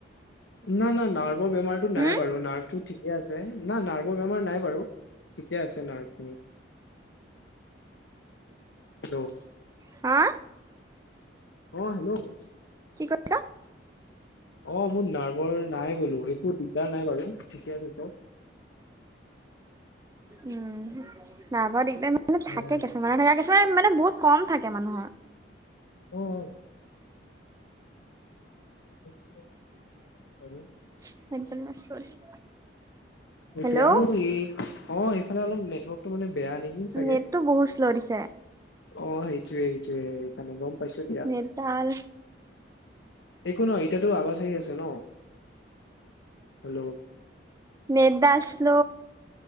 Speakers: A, on the left; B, on the right.
A: না না নাৰ্ভৰ বেমাৰটো নাই
B: হম
A: বাৰু নাৰ্ভটো ঠিক ঠিকে আছে না নাৰ্ভৰ বেমাৰ নাই বাৰু ঠিকে আছে নাৰ্ভ খিনি হেল্ল'
B: হা
A: অ হেল্ল'
B: কি কৈছ
A: অ মোৰ নাৰ্ভৰ নাই বোলো একো দিগদাৰ নাই বাৰু ঠিকে আছে চব।
B: উম নাৰ্ভৰ দিগদাৰ মানে
A: চব
B: থাকে কিছুমানৰ ধৰা কিছুমানৰ মানে বহুত কম থাকে মানুহৰ।
A: অ অ <unintelligible>
B: <unintelligible>
A: সেইটোয়ে
B: হেল্ল'
A: আৰু এই অ এইফালে অলপ নেটৱৰ্কটো মানে বেয়া নেকি চাগে,
B: নেটটো বহুত শ্ল' দিছে
A: অ সেইটোয়ে সেইকাৰণে গম পাইছো দিয়া
B: নেটডাল
A: একো নহয় এতিয়াটো আৱাজ আহি আছে ন হেল্ল'
B: নেটদাল শ্ল